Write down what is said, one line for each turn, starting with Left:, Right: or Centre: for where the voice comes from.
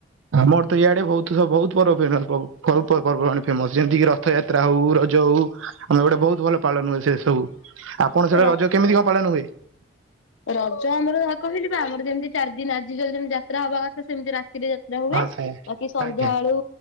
Right: ଆମର ତ ଇଆଡେ ବହୁତ ସ ବହୁତ ପର୍ବ ଫେମସ ପର୍ବପର୍ବାଣି ଫେମସ ଯେମିତିକି ରଥଯାତ୍ରା ହଉ ରଜ ହଉ। ଆମେ ଗୋଟେ ବହୁତ ଭଲ ପାଳନ ହୁଏ ସେ ସବୁ। ଆପଣ ସେଡେ
Left: ର
Right: ରଜ କେମିତି କଣ ପାଳନ ହୁଏ?
Left: ରଜ ଆମର ଯା କହିଲି ବା ଆମର ଯେମିତି ଚାରି ଦିନି ଆଜି ଯେମିତି ଯାତ୍ରା ହବା କଥା। ସେମିତି ରାତିରେ ରେ ହୁଏ।
Right: ହଁ ସେଇଆ
Left: ବାକି ସନ୍ଧ୍ୟାବେଳୁ
Right: ଆଜ୍ଞା